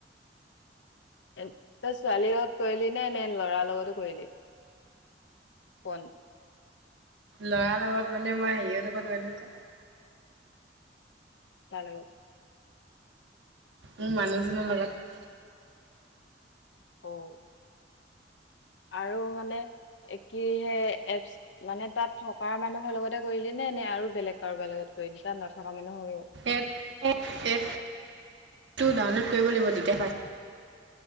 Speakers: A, on the left; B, on the right.
A: এ তই ছোৱালীৰ লগত কৰিলি নে, নে ল'ৰাৰ লগতো কৰিলি ফোন?
B: ল'ৰাৰ লগত মানে মই হেৰিৰ লগত
A: কাৰ লগত?
B: মোৰ মানুহজনৰ লগত।
A: অ', আৰু মানে একেই হে এপছ মানে তাত থকা মানুহৰ লগতে কৰিলি নে, নে আৰু বেলেগ কাৰোবাৰ লগত কৰিলি, তাত নথকা মানুহৰ
B: এপচটো ডাউনলোড কৰিব লাগিব তেতিয়া